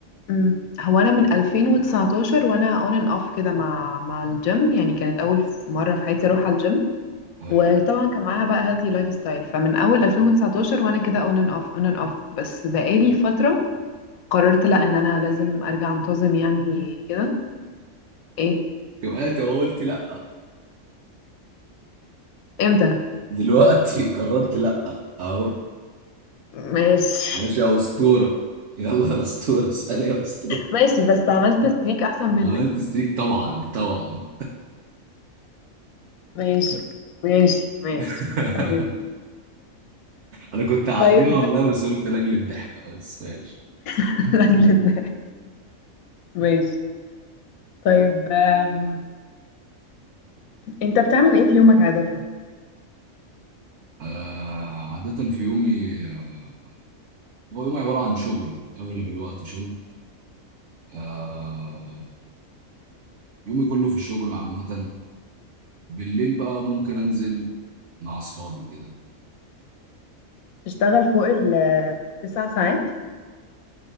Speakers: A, on the left; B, on the right.
A: مم. هو أنا من 2019 وأنا on and off كده مع مع الجيم يعني كانت أول مرة في حياتي أروح على الجيم
B: ايوه
A: وطبعا كان معاها بقى هيلثي لايف ستايل فمن اول 2019 وانا كده اون اند اوف اون اند اوف بس بقالي فتره قررت لا ان انا لازم ارجع انتظم يعني كده ايه
B: وقعت وقلت لا
A: امتى
B: دلوقتي <laughs> قررت لا اهو
A: ماشي
B: ماشي يا اسطوره يلا يا اسطوره اسال يا اسطوره
A: ماشي بس عملت ستريك احسن منك
B: عملت ستريك طبعا طبعا
A: ماشي ماشي ماشي
B: <laughs>
A: تمام
B: انا كنت هعديها
A: طيب
B: والله بس قلت لاجل الضحكه بس ماشي
A: <laughs> رجلتنا ماشي طيب آم، انت بتعمل ايه في يومك عادة؟
B: آه عاده في يومي آه، هو يومي عباره عن شغل اغلب الوقت شغل آه يومي كله في الشغل عامه بالليل بقى ممكن انزل مع اصحابي كده
A: تشتغل فوق التسع ساعات